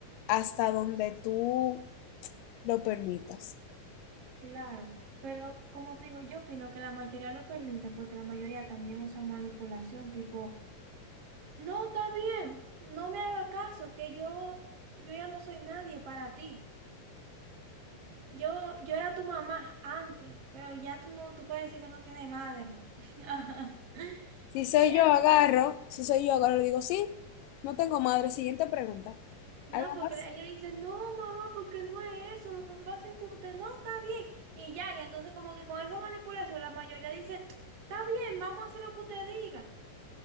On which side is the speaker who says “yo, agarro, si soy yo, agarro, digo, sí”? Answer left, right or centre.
Left